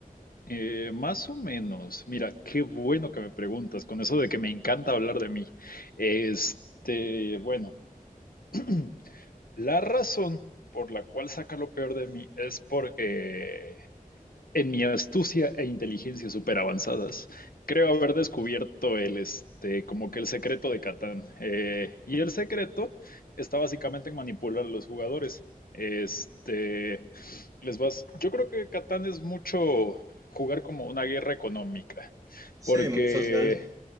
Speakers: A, on the left; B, on the right.
A: Eh, más o menos. Mira, qué bueno que me preguntas con eso de que me encanta hablar de mí. Este, bueno, <clears throat> la razón por la cual saca lo peor de mí es porque en mi astucia e inteligencia súper avanzadas, creo haber descubierto el, este, como que el secreto de Catán. Eh, y el secreto está básicamente en manipular a los jugadores. Este, les vas, yo creo que Catán es mucho jugar como una guerra económica,
B: Sí,
A: porque
B: muy social,